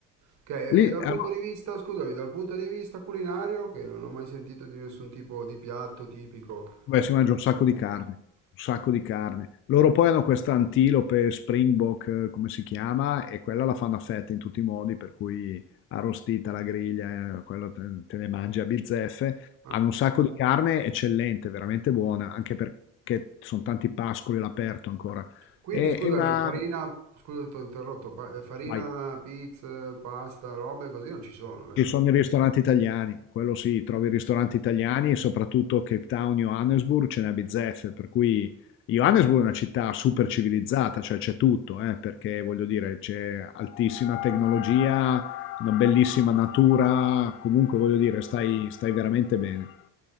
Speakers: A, on the right (about 65°); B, on the left (about 45°).
A: Ok, e
B: Lì,
A: dal
B: allora,
A: punto di vista, scusami, dal punto di vista culinario, che non ho mai sentito di nessun tipo di piatto tipico
B: Beh, si mangia un
A: sudafricano.
B: sacco di carne, un sacco
A: Ok.
B: di carne. Loro poi hanno questa antilope Springbok, eh, come si chiama, e quella la fanno a fette in tutti i modi, per cui arrostita alla griglia, eh, quello te, te ne mangi a bizzeffe.
A: Ah,
B: Hanno un sacco di carne eccellente, veramente buona, anche perché sono tanti pascoli all'aperto ancora.
A: quindi
B: E,
A: scusami,
B: e una...
A: farina, scusa se ti ho interrotto, pa- eh, farina,
B: vai.
A: pizza, pasta, robe così non ci sono, vero?
B: Ci sono i ristoranti italiani, quello sì, trovi i ristoranti italiani e soprattutto Cape Town, Johannesburg ce n'è a bizzeffe, per cui Johannesburg è una città super civilizzata, cioè c'è tutto, eh, perché voglio dire c'è altissima tecnologia, una bellissima natura, comunque voglio dire stai, stai veramente bene.